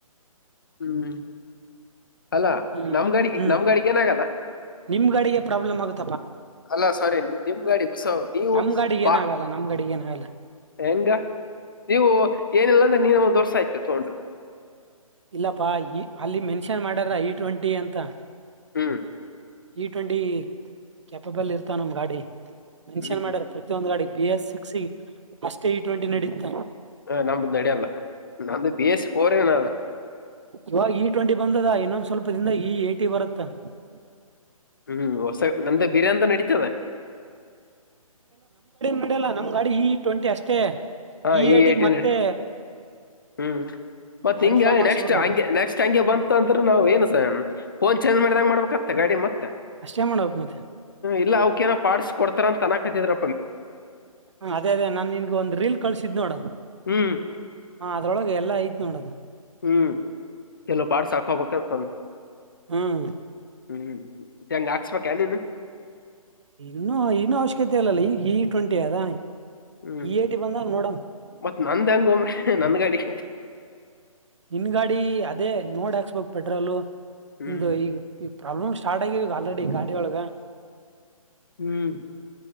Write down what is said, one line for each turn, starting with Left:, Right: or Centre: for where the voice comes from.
Left: ಹ್ಮ್ ಅಲ್ಲಾ
Right: ಹ್ಮ್
Left: ನಮ್ ಗಡಿಗೆ
Right: ಹ್ಮ್
Left: ನಮ್ ಗಡಿಗೆ ಏನ ಆಗಲ್ಲ
Right: ನಿಮ್ ಗಾಡಿಗೆ ಪ್ರಾಬ್ಲಮ್ ಆಗುತ್ತೆ
Left: ಅಲ್ಲಾ ಸಾರಿ ನಿಮ್ ಗಾಡಿ ಹೊಸ ನೀವು
Right: ನಮ್ ಗಾಡಿಗೆ
Left: ಬಾ
Right: ಏನಾಗಲ್ಲ ನಮ್ ಗಾಡಿಗೆ ಏನಾಗಲ್ಲ
Left: ಹೆಂಗ ನೀವು ಏನಿಲ್ಲ ಅಂದ್ರೆ ನೀನು ಒಂದ್ ವರ್ಸ ಆಯತೆ ತಗೊಂಡು
Right: ಇಲ್ಲಪ್ಪಾ ಈ ಅಲ್ಲಿ ಮೆನ್ಷನ್ ಮಾಡ್ಯಾರ ಇ ಟ್ವೆಂಟಿ ಅಂತ
Left: ಹ್ಮ್
Right: ಇ ಟ್ವೆಂಟಿ ಕೆಯಾಪಬಲ್ ಇರ್ತ ನಮ ಗಾಡಿ ಮೆನ್ಷನ್
Left: ಹ್ಮ್.
Right: ಮಾಡ್ಯಾರ ಪ್ರತಿಯೊಂದು ಗಾಡಿ ಬಿ ಎಸ್ಕ ಸಿಕ್ಸ್ ಅಷ್ಟೇ ಇ ಟ್ವೆಂಟಿ ನಡೀತ್ತ
Left: ಹ ನಮ್ ನಡಲ್ಲ ನ್ದ ಬೇಸ್ಫೋರಏನ <unintelligible>
Right: ಯ ಈ <unintelligible> ಡ ಬದ ಇನ್ನೊ ಸ್ಲ್ಪ <unintelligible> ಹದಿಂದ ಈ ಏ ಟಿ ಬರುತ್ತಾ <unintelligible>
Left: ಹ್ಮ್ ಹೊಸ ನಮ್ದ ಬಿರ್ಯನ್ಂತ ನಡೀತದೆ
Right: ಮಾಡಲ್ಲ ನಮ್ ಗಾಡಿ ಈ ಟ್ವೆಂಟಿ ಅಷ್ಟೇ
Left: ಹಾ
Right: ಈ ಏಟಿಗೆ
Left: ಏಟೀನ್
Right: ಮತ್ತೆ
Left: ಹ್ಮ್ ಮತ್ತತ್
Right: ಮಾಡಿಫೈ
Left: ಹಿಂಗ
Right: ಮಾಡ್ಸ್ಬೇಕಾಗುತ್ತೆ
Left: ನೆಕ್ಸ್ಟ್ ಹಂಗೆ ನೆಕ್ಸ್ಟ್ ಹಂಗೆ ಬಂತ ಅಂದ್ರ ನಾವ್ ಏನ್ಸ ಫೋನ್ ಚೇಂಜ್ ಮಾಡಿದಂಗ ಮಾಡ್ಬೇಕತ್ತ ಗಾಡಿ ಮತ್ತೆ
Right: ಅಷ್ಟೇ ಮಾಡ್ಬೇಕಕ್ ಮತ್ತೆ
Left: ಇಲ್ಲಾ ಅವಕ ಏನ ಪಸ್ ಕೊಡ್ತ ತನಕತ್ತಿದ್ರ
Right: ಹ ಅದೇ ಅದೇ ನಾ ನಿನ್ಗ ಒಂದು ಲ್ ಕಳಸಿದ ನೋಡ
Left: ಹ್ಮ್
Right: ಅದೊಳಗೆ ಎಲ್ಲ ಐತ್ ನೋಡೋದು
Left: ಹ್ಮ್ ಚಲೋ ಪಾಠ ಶಾಖ ಹಬ ಕೆಮ ತಮ್ಮ
Right: ಹ್ಮ್
Left: ಹ್ಮ್ <unintelligible> ಹೆಂಗ ಹಾಕ್ಸ್ಬೇಕ ನೀನು
Right: ಇನ್ನುೂ ಇನ್ನು ಅವಶ್ಯಕತೆ ಅಲ್ಲಲ್ಲಿ ಈ ಜ ಟ್ವೆಂಟಿ ಅದ
Left: ಹ್ಮ್
Right: ಇ ಏಟಿ ಬಂದಾಗ ನೋಡಮ್
Left: ಮತ್ತತ್ ನಂದ ಹಂಗಮ್ಮ ನನ್ ಗಾಡಿ
Right: ನಿನ್ ಗಾಡಿ ಅದೇ ನೋಡ್ಾಕ್ಸ್ಬಕ್ ಪೆಟ್ರೋಲ್
Left: ಹ್ಮ್
Right: ನಿಮ್ದ ಈಗ ಪ್ರಾಬ್ಲಮ್ ಸ್ಟಾರ್ಟ್ ಇ ಆಲ್ರೆಡಿ ಗಾಡಿಯೊಳಗ
Left: ಹ್ಮ್